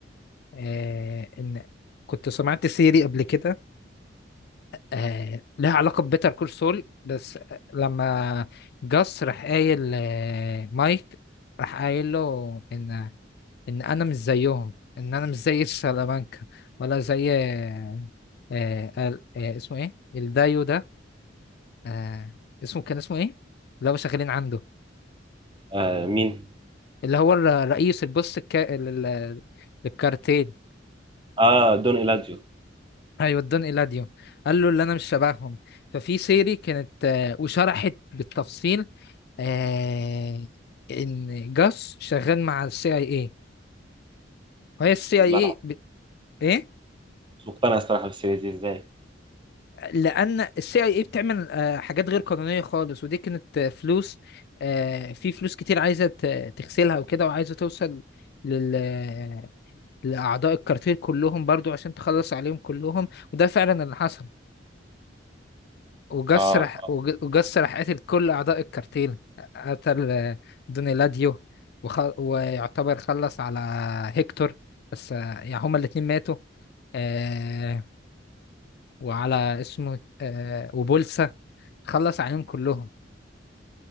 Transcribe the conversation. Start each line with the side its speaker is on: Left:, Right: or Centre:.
Left: آه ان كنت سمعت سيري قبل كده آه لها علاقة ببيتر كول سول بس لما جاس راح قايل آه مايك راح قايل له ان ان انا مش زيهم ان انا مش زي سلامانكا ولا زي آه آه ال- آه، اسمه ايه الدايو ده آه اسمه كان اسمه ايه اللي هو شغالين عنده
Right: آه مين؟
Left: اللي هو الر- رئيس البوس الكا... لل- للكارتيل
Right: آه دون إيلاديو
Left: ايوه ادان ايلاديو قال له اللي انا مش شبههم ففي سيري كانت آه، وشرحت بالتفصيل آه، ان جاس شغال مع السي اي اي وهي السي
Right: لا
Left: اي اي ب... ايه
Right: مش مقتنع الصراحة بالسيريز دي إزاي؟
Left: لان السي اي اي بتعمل آه، حاجات غير قانونيه خالص ودي كانت آه، فلوس آه، في فلوس كتير عايزه ت- تغسلها وكده وعايزه توصل لل... آه، لاعضاء الكارتيل كلهم برضو عشان تخلص عليهم كلهم وده فعلا اللي حصل وجس
Right: آه
Left: رح وج- وجس راح قتل كل أعضاء الكارتين قتل آه، دونيلاديو وخ... ويعتبر خلص على هيكتور بس آه، يعني هما الاتنين ماتوا آه... وعلى اسمه آه... وبولسا خلص عليهم كلهم